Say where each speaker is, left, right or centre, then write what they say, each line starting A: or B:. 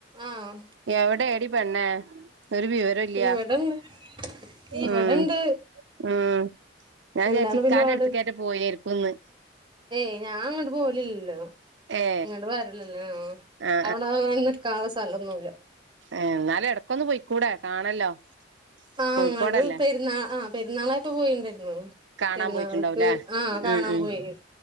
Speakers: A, on the right; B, on the right.
A: ആഹ്
B: എവിടെ എടി പെണ്ണെ ഒരു വിവരം ഇല്ല
A: ഇവിടെണ്ട് ഇവിടെണ്ട്
B: ഉ ഉ ഞാൻ
A: എന്താണ്
B: ജാരിച് ഇക്കാന്റെ
A: പിന്നെ പാട്
B: അടുത് കന്റെ പോയെകുംൻ മന്ന്
A: ഏയ് ഞാൻ അങ്ങോട്ട് പോലല്ലോ
B: ഏ
A: നിങ്ങോട് വരലല്ലേ ആ്
B: ആ
A: അവിടെ നിക്കാനുള്ള സ്ഥലം ഒന്നുല്ല
B: ഏ എന്നാല് ഇടക്കൊന്ന് പോയിക്കൂടെ? കാണല്ലോ
A: ആഹ
B: കോഴിക്കോടല്ലേ
A: ങ്ങ പെരുന്നാൾ ആ പെരുന്നാളായി ഇട്ട് പോയിണ്ടായിരുന്നു.
B: കാണാൻ
A: പെരുന്നാൾക്ക്
B: പോയിട്ടുണ്ടാവുംല്ലേ
A: ആ കാണാൻ
B: ഉം ഉം
A: പോയി.